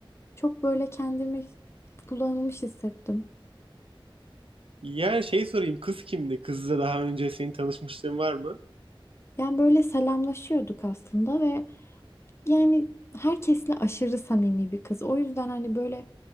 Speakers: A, on the left (about 30°); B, on the right (about 80°).
A: Çok böyle kendimi kullanılmış hissettim.
B: Yani şey sorayım kız kimdi? Kızla daha önce senin tanışmışlığın var mı?
A: Yani böyle selamlaşıyorduk aslında ve Yani herkesle aşırı samimi bir kız. O yüzden hani böyle